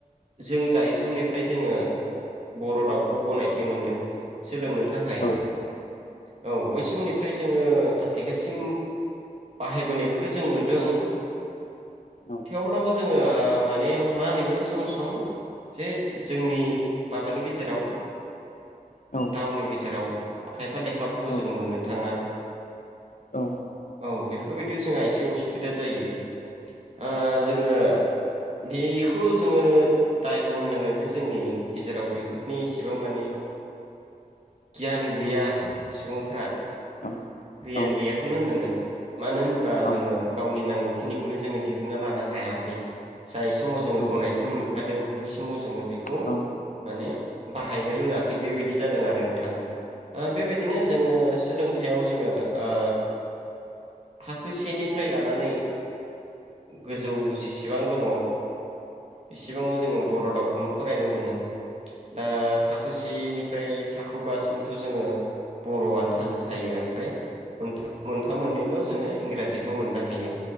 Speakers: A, on the right; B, on the left.
A: जों जाय समनिफ्राय जोङो बर' रावखौ गनायथि मोनदों। सोलोंनो थाखाय,
B: औ
A: औ बै समनिफ्राय जोङो सिम बाहायबोनायखौथ' जों नुदों
B: औ
A: थेवब्लाबो जोङो माने मा नुयो सम सम जे जोंनि माबानि गेजेराव
B: औ
A: रावनि गेजेराव खायफा लेखाफोरखौ
B: औ
A: जों मोननो थाङा।
B: औ
A: औ बेफोरबायदियाव जोंहा एसे असुबिदा जायो ओ जोङो बेखौ जोङो दायखौ' होनांगोन जे जोंनि गेजेराव बेफोरनि इसेबां माने गियान गैया सुबुंफ्रा
B: औ
A: गैयानो
B: औ
A: ओननांगोन मानो होनोबा जोङो
B: औ
A: गावनि नांगौखिनिखौनो जोङो दिहुनना लानो हायाखै जाय समाव जोङो
B: औ
A: गनायथि मोनखादों बै समाव जोङो बेखौ
B: औ
A: माने बाहायनो रोङाखै बेबायदि जादों आरो नोंथां ओ बेबायदिनो जोङो सोलों थायाव जोङो ओ थाखो सेनिफ्राय लानानै गोजौ जे सेबां दङ बेसेबाङाव जोङो बर' दावउखौनो फरायनो मोनो दा थाखोसेनि फ्राय थाखो बासिमथ' जोङो बर'आनो थाजोबखायो ओमफ्राय मोनफा-मोनफा मोननैल' जोङो इंराजिखौ मोननो हायो